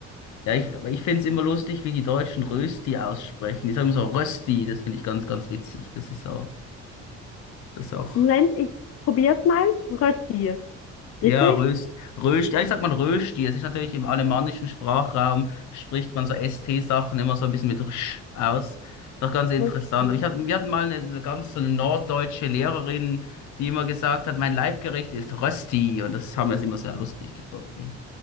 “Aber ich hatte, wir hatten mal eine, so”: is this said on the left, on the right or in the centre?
Left